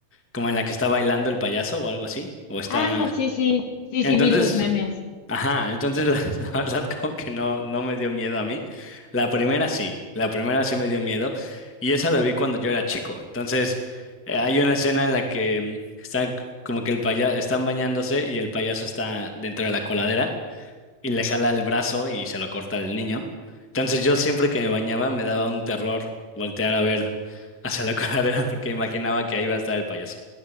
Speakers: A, in the centre; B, on the left.
A: como en la que está bailando el payaso o algo así, o está...
B: Ah, sí, sí, sí,
A: Entonces,
B: sí, vi los memes.
A: ajá, entonces la, <laughs> la verdad como que no, no me dio miedo a mí. La primera sí, la primera sí me dio miedo y esa la vi cuando yo era chico. Entonces, eh, hay una escena en la que mm, están c- como que el paya están bañándose y el payaso está dentro de la coladera y le jala el brazo y se lo corta el niño. Entonces yo siempre que me bañaba me daba un terror voltear a ver hacia la <laughs> coladera porque imaginaba que ahí iba a estar el payaso.